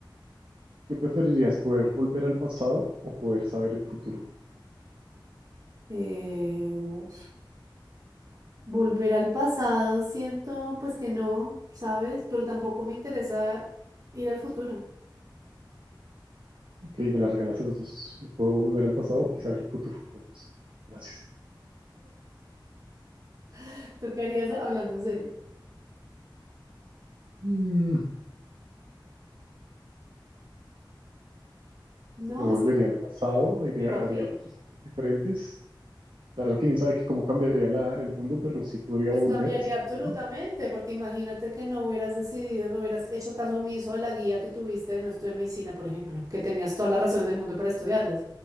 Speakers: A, on the right (about 75°); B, on the right (about 45°).
A: ¿qué preferirías? ¿Poder volver al pasado o poder saber el futuro?
B: Eh, Volver al pasado, siento pues que no, ¿sabes? Pero tampoco me interesa ir al futuro.
A: Ok, me la regalaste los dos. Yo puedo volver al pasado y saber el futuro. Las dos. Gracias.
B: <laughs> ¿Tú qué harías hablando en serio?
A: Mm,
B: No,
A: yo
B: es
A: volvería
B: que,
A: al pasado, iría,
B: ¿pero a qué?
A: haría otras cosas diferentes. Claro, quién sabe que cómo cambiaría la- el mundo, pero sí podría
B: Pues
A: volver
B: cambiaría
A: sin
B: absolutamente,
A: problema.
B: porque imagínate que no hubieras decidido, no hubieras hecho caso omiso a la guía que tuviste de no estudiar medicina, por ejemplo, que tenías todas las razones del mundo para estudiarlas.